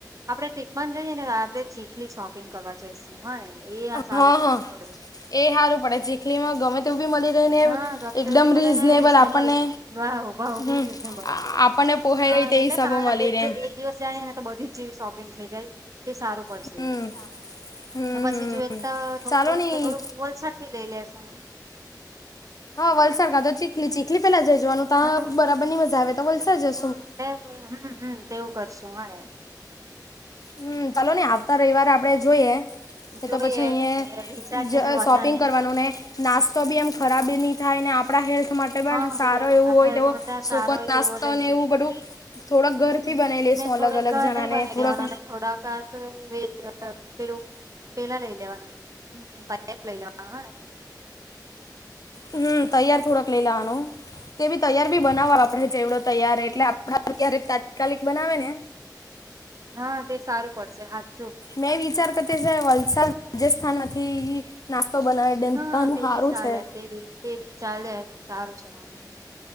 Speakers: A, on the right (about 50°); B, on the left (about 55°).
A: આપડણે ટ્રીપમાં જઈએ ને આપડણે ચીકલી શોપિંગ કરવા જઈશ હાને આ
B: હા
A: સારું પડે
B: હા
A: થોડું
B: એ સારું પડે ચીખલીમાં ગમે તે બી મળી આપડે
A: હા ગમે
B: એક
A: તેવું
B: દમ
A: બી મળે
B: રીશનેબલ
A: ને રીઝનેબલ
B: અપને
A: ભાવ ભાવ
B: હમ્મ
A: બી રીઝનેબલ
B: આપ પુહે
A: હા
B: તે
A: એટલે
B: એ સબ
A: તા
B: મલીરે
A: એક
B: એમ
A: એક દિવસ જાય ને તો બધી જ જેવી શોપિંગ થઈ જાય એ સારું પડ
B: હમ હમ
A: પછી
B: હમ
A: જોઈ તો થોડુંક
B: ચાલો નઈ
A: થોડુંક વલસાડ થી લઈ લેશુ
B: હા વલસાડ કા તો ચીખલી ચીખલી પેલા જઈ જવાનું ત્યા
A: હા
B: બરાબર ની મજા આવે તો વલસાડ જશું?
A: હમ્મ હમ્મ તેવું કરશું હને.
B: હમ્મ, ચાલો ની આવતા રવિવારે આપડે જોઈએ. એ
A: જોઈએ
B: તો પછી અહીં
A: એટલે વિચારીએને
B: જ
A: બધાને
B: શોપિંગ કરવાનું ને નાસ્તો બી એમ ખરાબી
A: હા
B: નઈ થાય ને આપણા હેલ્થ માટે પણ
A: હા
B: સારો
A: પેલું
B: એવું હોય
A: હેલ્થ
B: તો
A: બધા
B: સુકો
A: સારો હોય
B: નાસ્તો
A: તેવો લઈ
B: ને
A: જશુ
B: એવું બધું થોડોક ઘરથી
A: હમ
B: બનાવી લેસુ
A: ને
B: અલગ-અલગ
A: થોડોક
B: જણાને
A: ઘરે બનાવી
B: થોડાક
A: દેવાનો અને થોડાક <inaudible> પેલું પેલાં લઈ લેવાનું હમ્મ <inaudible> લેવાનું હને.
B: હમ તૈયાર થોડાક લય લેવાનો તેવી તૈયાર બી બનાવો આપડે ચેવડો તૈયાર એટલે આપ ક્યારે તાત્કાલિક બનાવે ને
A: હા તે સારું પડશે હાલ
B: મેં વિચાર કરતી છે વલસાડ જેસ્થાન માંથી નાસ્તો બનાવે. દેન
A: હા
B: તન નું
A: તે
B: સારું
A: બી ચાલે
B: છે.
A: તે બી તે બી ચાલે સારું છે વાંધો નહીં.